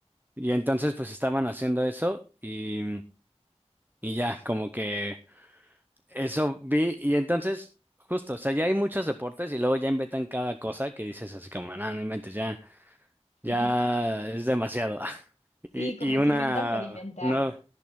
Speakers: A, on the right; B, on the left.
A: y entonces pues estaban haciendo eso y Y ya, como que eso vi. Y entonces, justo, o sea, ya hay muchos deportes y luego ya inventan cada cosa que dices así como, no, no inventes, ya, ya
B: <laughs>
A: es demasiado. <laughs>
B: Sí,
A: Y, y
B: como
A: una,
B: que inventan por inventar.
A: no,